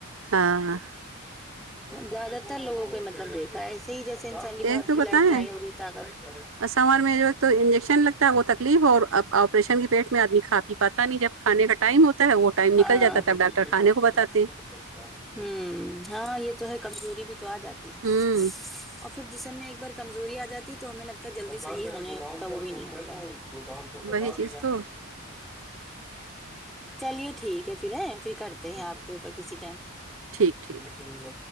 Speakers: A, on the right (about 60°); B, in the centre.
A: ہاں ہاں
B: زیادہ تر لوگوں کے مطلب دیکھا ہے ایسے ہی جیسے بہت
A: ایک تو
B: کھلائی
A: بتائیں
B: پلائی ہو گئی تکت
A: سمر میں جو ایک تو انجیکشن لگتا ہے وہ تکلیف اور اب آپریشن کے پیٹ میں آدمی کھا پی پاتا نہیں جب کھانے کا ٹائم ہوتا ہے وہ ٹائم
B: ہاں
A: نکل جاتا ہے تب ڈاکٹر
B: <unintelligible>
A: کھانے کو بتاتے ہیں
B: ہوں ہاں یہ تو ہے کمزوری بھی تو آ جاتی ہے
A: ہوں
B: اور پھر جسم میں ایک بار کمزوری آ جاتی تو ہمیں لگتا ہے جلدی صحیح ہونے کا وہ بھی نہیں ہوتا ہے گو ڈاؤن پہ بتا
A: وہی چیز
B: دے گا
A: تو
B: چلیے ٹھیک ہے پھر ہے پھر کرتے ہیں آپ کے اوپر کسی
A: ٹھیک ٹھیک
B: <unintelligible> ٹائم